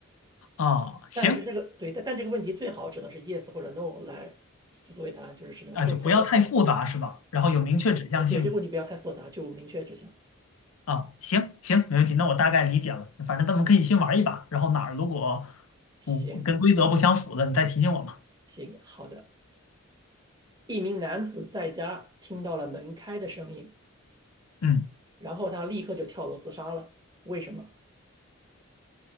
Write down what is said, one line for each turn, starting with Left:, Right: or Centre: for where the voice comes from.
Left: 哦，行，
Right: 但是这个对，但但这个问题最好只能是 yes 或者 no 来作作为答案，就是只能说是否
Left: 啊、就不要太复杂是吧？然后有明确指向性
Right: 啊。对，这个问题不要太复杂，就明确指向。
Left: 啊，行行，没问题，那我大概理解了。反正咱们可以先玩一把，然后哪儿如果
Right: 行
Left: 不跟规则不相符的，你再提醒我嘛。
Right: 行，好的。一名男子在家听到了门开的声音，
Left: 嗯，
Right: 然后他立刻就跳楼自杀了。为什么？